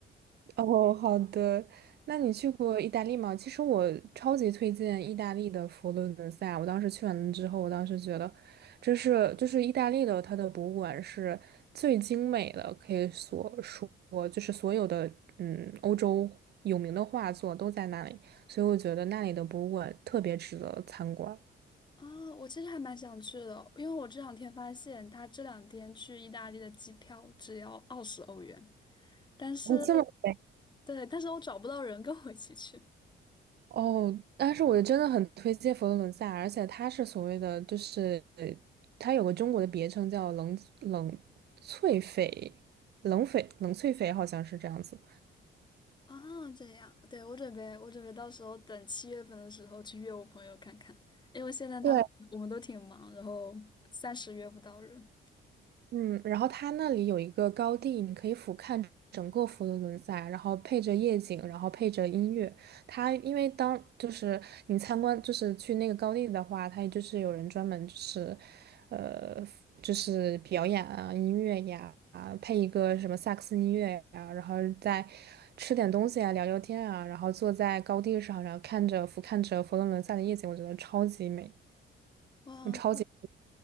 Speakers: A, on the right; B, on the left.
A: 哦，好的。那你去过意大利吗？其实我超级推荐意大利的佛罗伦萨。我当时去完了之后，我当时觉得，这是就是意大利的它的博物馆是最精美的，可以所说就是所有的嗯欧洲有名的画作都在那里，所以我觉得那里的博物馆特别值得参观。
B: 啊，我其实还蛮想去的，因为我这两天发现，他这两天去意大利的机票只要二十欧元，但是
A: 哦，这么美。
B: 对，但是我找不到人跟我一起去。
A: 哦，但是我真的很推荐佛罗伦萨，而且它是所谓的，就是呃它有个中国的别称叫冷冷翠翡，冷翡冷翠翡好像是这样子。
B: 啊，这样，对，我准备，我准备到时候等七月份的时候去约我朋友看看，因为现在他们我们都挺忙，
A: 对。
B: 然后暂时约不到人。
A: 嗯，然后它那里有一个高地，你可以俯瞰整个佛罗伦萨，然后配着夜景，然后配着音乐。它因为当就是你参观，就是去那个高地的话，它就是有人专门就是，呃，就是表演啊，音乐呀，啊，配一个什么萨克斯音乐呀，然后再吃点东西啊，聊聊天啊，然后坐在高地上，然后看着俯瞰着佛罗伦萨的夜景，我觉得超级美。
B: 哇，
A: 超级。